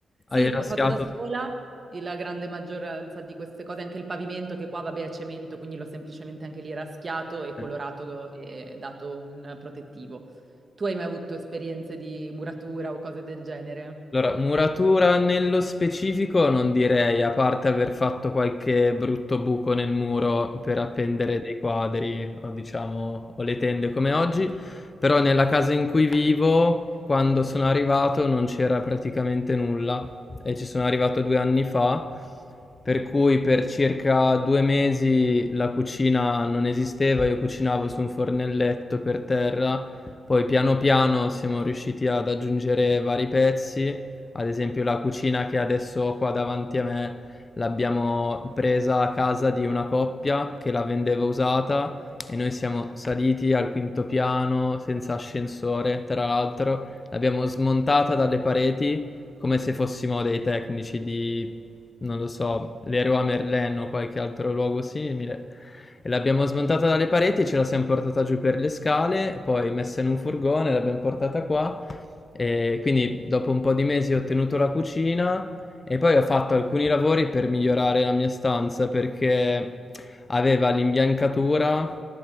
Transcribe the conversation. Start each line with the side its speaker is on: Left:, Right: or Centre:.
Right: Sì,
Left: Hai raschiato.
Right: ho fatto da sola la grande maggioranza di queste cose, anche il pavimento che qua vabbè è cemento, quindi l'ho semplicemente anche lì raschiato e colorato
Left: per
Right: e dato un protettivo. Tu hai mai avuto esperienze di muratura o cose del genere?
Left: Allora, muratura nello specifico non direi, a parte aver fatto qualche brutto buco nel muro per appendere dei quadri o diciamo o le tende come oggi, però nella casa in cui vivo, quando sono arrivato non c'era praticamente nulla e ci sono arrivato due anni fa, per cui per circa due mesi la cucina non esisteva, io cucinavo su un fornelletto per terra, poi piano piano siamo riusciti ad aggiungere vari pezzi. Ad esempio la cucina che adesso ho qua davanti a me l'abbiamo presa a casa di una coppia che la vendeva usata e noi siamo saliti al quinto piano senza ascensore, tra l'altro, l'abbiamo smontata dalle pareti come se fossimo dei tecnici di, non lo so, Leroy Merlin o qualche altro luogo simile. E l'abbiamo smontata dalle pareti, ce la siamo portata giù per le scale, poi messa in un furgone, l'abbiamo portata qua e quindi dopo un po' di mesi ho tenuto la cucina e poi ho fatto alcuni lavori per migliorare la mia stanza perché aveva l'imbiancatura